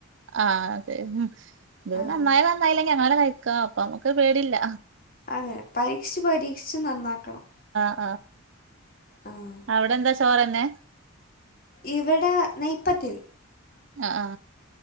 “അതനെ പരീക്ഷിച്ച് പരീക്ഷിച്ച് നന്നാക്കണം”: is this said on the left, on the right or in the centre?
Left